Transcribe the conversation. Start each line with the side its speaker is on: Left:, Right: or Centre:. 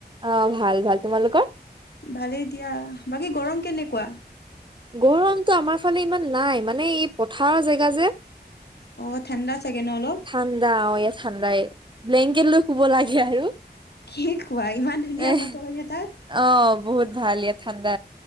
Right: অ, 'ভাল, ভাল তোমালোকৰ?
Left: ভালেই দিয়া বাকী গৰম কেনেকুৱা?
Right: গৰমতটো আমাৰ ফালে ইমান নাই, মানে এই পথাৰৰ জেগা যে।
Left: অঁ ঠাণ্ডা চাগে ন অলপ
Right: ঠাণ্ডা, অ', এয়া, ঠাণ্ডাই। ব্লেংকেট লৈ শুব লাগে আৰু।
Left: কি কোৱা? ইমান ধুনীয়া
Right: এহ
Left: বতৰনে তাত?
Right: অ বহুত ভাল, ইয়াত ঠাণ্ডা।